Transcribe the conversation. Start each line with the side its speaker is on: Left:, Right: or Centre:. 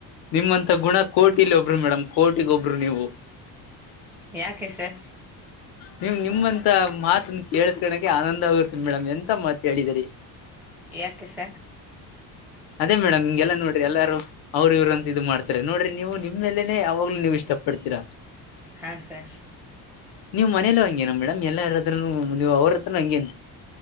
Left: ನಿಮ್ಮಂತ ಗುಣ ಕೋಟಿ ಇಲ್ಲಿ ಒಬ್ರಿ ಮೇಡಮ್ ಕೋಟಿ ಈಗೊಬ್ರು ನೀವು
Centre: ಯಾಕೆ ಸಾ
Left: ನೀವ್ ನಿಮ್ಮಂತ ಮಾತನ್ನ ಕೇಳಕಳಕೆ ಆನಂದ ಆಗರ್ತ್ತ ಮೇಡಮ್ ಎಂತ ಮಾತ ಹೇಳಿದರಿ
Centre: ಯಾಕೆಸ
Left: ಅದೇ ಮೇಡಮ್ ಹಿಂಗೆಲ್ಲ ನೋಡ್ರಿ ಎಲ್ಲಾರು ಅವ್ರ ಇವ್ ಅಂತ ಇದು ಮಾಡ್ತಾರೆ ನೋಡ್ರಿ ನೀವು ನಿಮ್ೇಲೆೇನೆ ಯಾವಾಗ್ಲೂ ನೀವು ಇಷ್ಟ ಪಡ್ತೀರಾ
Centre: ಹಾ ಸರ್
Left: ನೀವು ಮನೇಲ್ಲ ಹಂಗೇನ ಮೇಡಮ್ ಎಲ್ಲಾರಾದ್ರೂ ನೀವು ಅವ್ರ ಹತ್ರನು ಹಂಗೇ